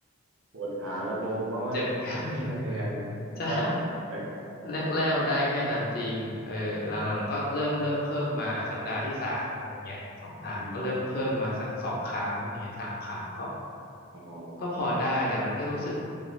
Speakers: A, on the right; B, on the left.
A: ปวดขาระบมเพราะว่ามันไม่เคยไง
B: เจ็บกล้ามเนื้อ <laughs>
A: ใช่ไหม
B: ใช่
A: ไปแบบ
B: แรกๆมันได้แค่นั้นจริงเออหลังๆก็เริ่มเริ่มเพิ่มมาอ่ะสัปดาห์ที่สามอะไรเงี้ยสองสามก็เริ่มเพิ่มมาสักสองครั้งอะไรเงี้ยสามครั้งก็
A: อืมอ๋อ
B: ก็พอได้แต่มันก็รู้สึก